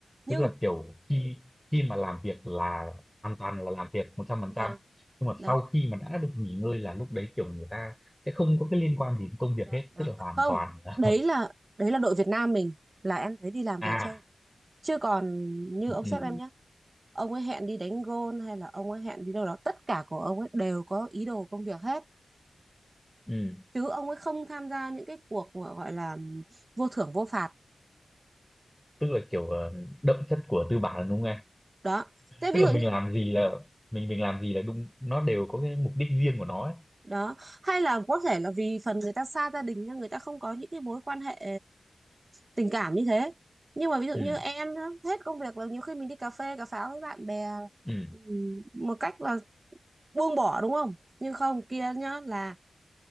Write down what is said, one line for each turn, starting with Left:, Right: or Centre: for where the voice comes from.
Right: nhưng
Centre: tức là kiểu khi khi mà làm việc là hoàn toàn là làm việc 100%
Right: vâng
Centre: nhưng mà
Right: đó
Centre: sau khi mà đã được nghỉ ngơi là lúc đấy kiểu người ta sẽ không có cái liên quan gì đến công việc
Right: đó
Centre: hết
Right: đó
Centre: tức là hoàn
Right: không
Centre: toàn là
Right: đấy
Centre: <laughs>
Right: là đấy là đội Việt Nam mình là em thấy đi làm
Centre: à
Right: về chơi chứ còn như
Centre: ừ
Right: ông
Centre: ừ
Right: sếp em nhé ông ấy hẹn đi đánh gôn hay là ông ấy hẹn đi đâu đó tất cả của ông ấy đều có ý đồ công việc hết
Centre: Ừ.
Right: chứ ông ấy không tham gia những cái cuộc mà gọi là vô thưởng vô phạt
Centre: tức là kiểu ờ, đậm chất của tư bản đúng không em
Right: đó thế
Centre: tức
Right: ví
Centre: là
Right: dụ
Centre: mình
Right: như
Centre: làm gì là mình mình làm gì là đúng nó đều có cái mục đích riêng của nó ấy.
Right: đó hay là có thể là vì phần người ta xa gia đình nên người ta không có những cái mối quan hệ tình cảm như thế nhưng mà ví dụ
Centre: ừ
Right: như em á, hết công việc là nhiều khi mình đi cà phê cà pháo với bạn bè
Centre: ừ
Right: ừm, một cách là buông bỏ đúng không nhưng không kia nhá là